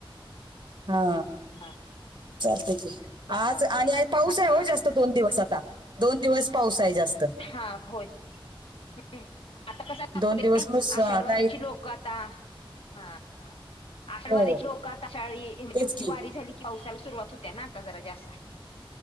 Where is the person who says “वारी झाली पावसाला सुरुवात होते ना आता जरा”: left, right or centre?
Left